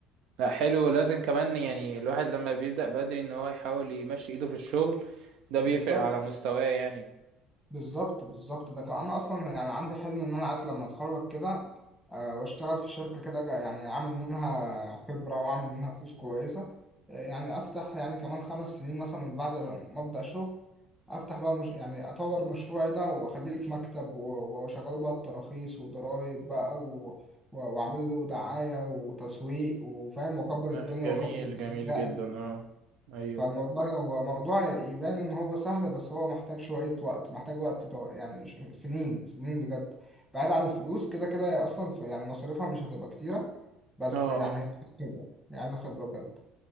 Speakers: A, on the right; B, in the centre.
A: لا حلو لازم كمان يعني الواحد لما بيبدأ بدري ان هو يحاول يمشي ايده في الشغل ده بيفرق
B: فبالظبط
A: على مستواه يعني
B: بالظبط بالظبط ده كان انا اصلا يعني عندي حلم ان انا عايز لما اتخرج كده آه، واشتغل في شركه كده جا- يعني اعمل منها خبره واعمل منها فلوس كويسه آه، يعني افتح يعني كمان خمس سنين مثلا من بعد ما ابدا شغل افتح بقى مش يعني اطور مشروعي ده واخليه في مكتب و- واشغله بقى بتراخيص وضرايب بقى و... و- واعمل له دعايه وتسويق وفاهم واكبر الدنيا
A: لا، جميل
B: واكبر التيم
A: جميل
B: بتاعي
A: جدا اه ايوه
B: فالموضوع هو موضوع يبان ان هو سهل بس هو محتاج شوية وقت محتاج وقت طو- يعني ش- سنين سنين بجد بعيد عن الفلوس كده كده هي اصلا ف- يعني مصاريفها مش هتبقى كتيرة بس
A: اه
B: يعني هي خبرة هي عايزة خبرة بجد